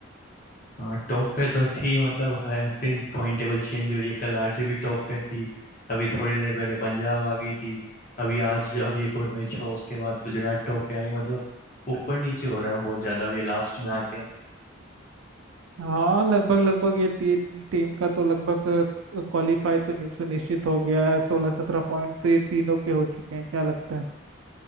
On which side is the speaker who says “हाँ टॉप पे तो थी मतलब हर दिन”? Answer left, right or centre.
Left